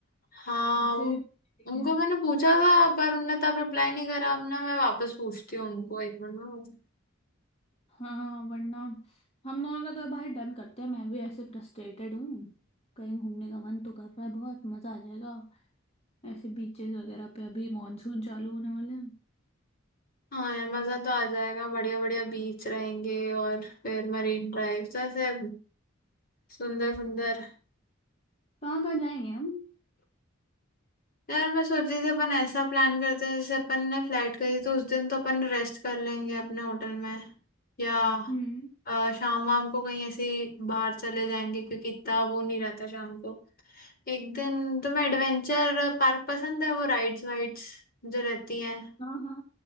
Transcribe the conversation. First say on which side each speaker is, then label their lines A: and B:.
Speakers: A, on the left; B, on the left.
A: हाँ
B: उनसे
A: उन,
B: भी पूछ लेंगे
A: उनको मैंने पूछा था पर उनने तब रिप्लाई नहीं करा अब ना मैं वापस पूछती हूँ उनको एक मिनट में
B: हाँ वरना हम दोनों का तो भाई डन करते हैं मैं भी ऐसे फ्रस्ट्रेटेड हूँ कहीं घूमने का मन तो कर रहा है बहुत मजा आ जाएगा ऐसे बीचेस वगैरह पे अभी मॉनसून चालू होने वाले हैं
A: हाँ यार मजा तो आ जाएगा बढ़िया बढ़िया बीच रहेंगे और फिर मरीन ड्राइव ऐसे सुंदर सुंदर
B: कहाँ कहाँ जाएंगे हम
A: यार मैं सोच रही थी अपन ऐसा प्लान करते हैं जैसे अपन ने फ्लाइट करी तो उस दिन तो अपन रेस्ट कर लेंगे अपने होटल में या
B: हम्म
A: अ, शाम वाम को कहीं ऐसे ही बाहर चले जाएंगे क्योंकि इतना वो नहीं रहता शाम को एक दिन तुम्हें एडवेंचर पार्क पसंद है वो राइड्स वाइड्स जो रहती हैं
B: हाँ हाँ